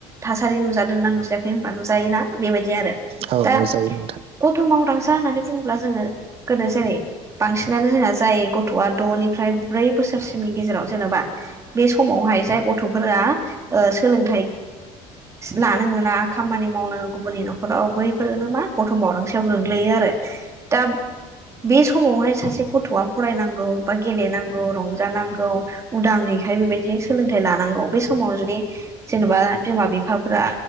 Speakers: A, on the right; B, on the right.
A: थासारि नुजादोंना नुजायाखै होनबा नुजायो ना बेबायदि आरो।
B: औ
A: दा
B: नुजायो नोंथां
A: गथ' मावदांसा होननानै बुङोब्ला जोङो गोदो जेरै बांसिनानो जोंना जाय गथ'आ द'निफ्राय ब्रै बोसोरसिमनि गेजेराव जेनेबा बे समावहाय जाय गथ'फोरा ओ सोलोंथाइ लानो मोना खामानि मावनो गुबुननि न'खराव बैफोरनो मा गथ' मावदांसायाव गोग्लैयो आरो। दा बे समावहाय सासे गथ'आ फरायनांगौ बा गेलेनांगौ, रंजानांगौ उदाङैहाय बेबायदि सोलोंथाइ लानांगौ बे समावनो जुदि जेनेबा बिमा बिफाफोरा